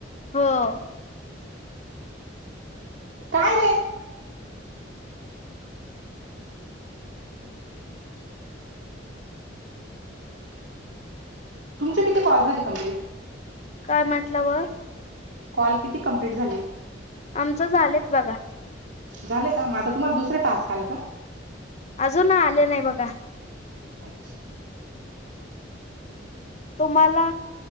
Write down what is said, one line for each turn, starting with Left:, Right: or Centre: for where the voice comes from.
Left: हो.
Right: काय रे कती कॉल झाली कंप्लिट?
Left: काय म्हटलं वं?
Right: कॉल किती कंप्लीट झाली?
Left: आमचं झालंत बघा.
Right: झालंय का, म आता तुम्हाला दुसरं टास्क आलं का?
Left: अजून आले नाही बघा.
Right: अच्छा.
Left: तुम्हाला,